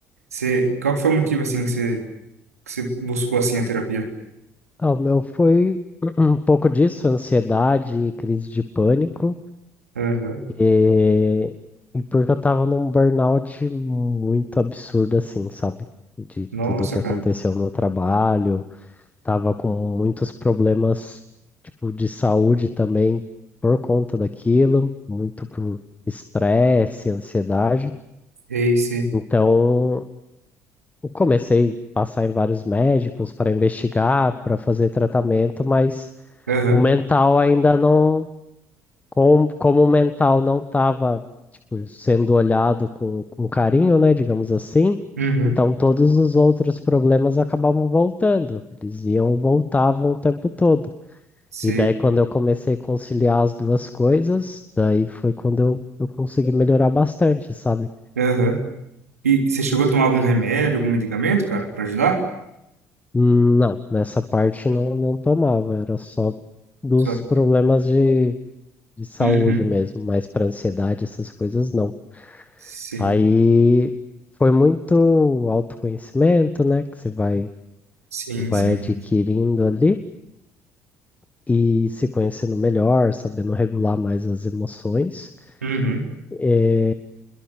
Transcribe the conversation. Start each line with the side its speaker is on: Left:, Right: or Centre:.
Right: Você, qual que foi o motivo, assim, que você, que você buscou, assim, a terapia?
Left: Ah, o meu foi <clears throat> um pouco disso, ansiedade e crise de pânico.
Right: Aham.
Left: E, e porque eu tava num burnout muito absurdo, assim, sabe? De
Right: Nossa,
Left: tudo que aconteceu
Right: cara.
Left: no trabalho, tava com muitos problemas, tipo, de saúde também por conta daquilo, muito por estresse, ansiedade.
Right: Sei, sei.
Left: Então, eu comecei a passar em vários médicos para investigar, para fazer tratamento, mas
Right: Aham.
Left: o mental ainda não. com, como o mental não estava, tipo, sendo olhado com, com carinho, né, digamos assim,
Right: Uhum.
Left: então todos os outros problemas acabavam voltando. Eles iam, voltavam o tempo todo.
Right: Sei.
Left: E daí, quando eu comecei a conciliar as duas coisas, daí foi quando eu, eu consegui melhorar bastante, sabe?
Right: Aham. E você chegou a tomar algum remédio, algum medicamento, cara, pra ajudar?
Left: Hum, Não, nessa parte não, não tomava, era só dos
Right: Só...
Left: problemas de, de saúde
Right: Uhum.
Left: mesmo, mas para ansiedade, essas coisas não.
Right: Sei.
Left: Aí foi muito autoconhecimento, né, que você vai,
Right: Sim,
Left: vai
Right: sim.
Left: adquirindo ali e se conhecendo melhor, sabendo regular mais as emoções.
Right: Uhum.
Left: É,